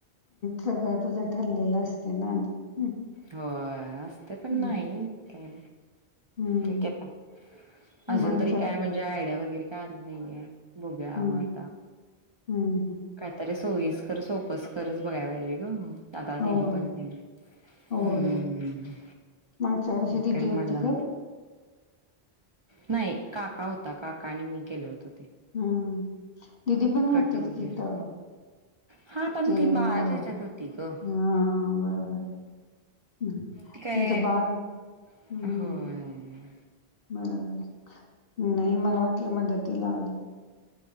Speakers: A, on the left (about 60°); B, on the right (about 35°).
A: सगळं तुझं लिहीलं असते ना आधी. हम्म
B: होय, असते पण
A: हम्म
B: नाही काय
A: हम्म.
B: ठीक हय आता, अजून
A: मागच्या
B: तरी काय
A: व-
B: म्हणजे आयडिया वगैरे काय आली नाहीये. बघूया
A: हम्म
B: मग आता.
A: हम्म
B: कायतरी सोयीस्कर, सोपस्करच बघाय पाहिजे गं, आता
A: होय
B: दिदी पण नाही.
A: होय
B: हम्म्,
A: मागच्या वर्षी दिदी
B: काय
A: होती
B: मला? नाही, काका होता काका आणि मी गेलोतो.
A: हम्म, दिदी पण
B: कट
A: होतीच
B: वगैरे
A: की इथं.
B: हा, पण
A: ते
B: ती बाळाच्या
A: बाळ
B: याच्यात होती गं.
A: हां बरोबर हे,
B: ती काय
A: त्याच बाळ
B: होय.
A: हं, बरोबर आहे, नाही मला वाटलं मदतीला आले.